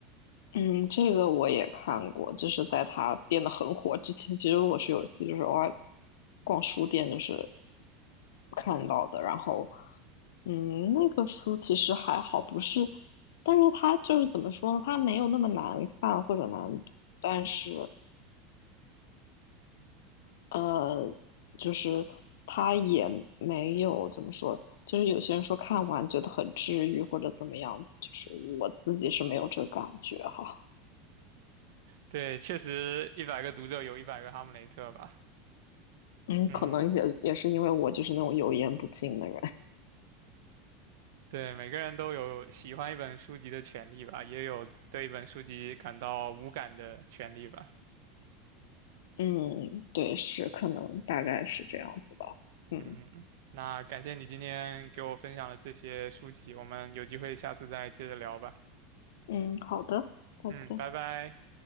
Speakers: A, on the left; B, on the right.
A: 嗯，这个我也看过，就是在他变得很火之前，其实我是有一次就是偶尔逛书店，就是看到的。然后，嗯，那个书其实还好，不是，但是它就是怎么说呢？它没有那么难看或者难读，但是呃，就是它也没有怎么说，就是有些人说看完觉得很治愈或者怎么样，就是我自己是没有这个感觉哈。
B: 对，确实一百个读者有一百个哈姆雷特吧。
A: 嗯，
B: 嗯，
A: 可能也也是因为我就是那种油盐不进的人。
B: 对，每个人都有喜欢一本书籍的权利吧，也有对一本书籍感到无感的权利吧。
A: 嗯，对，是，可能大概是这样子吧。嗯
B: 嗯，那感谢你今天给我分享了这些书籍，我们有机会下次再接着聊吧。
A: 嗯，好的，再见。
B: 嗯，拜拜。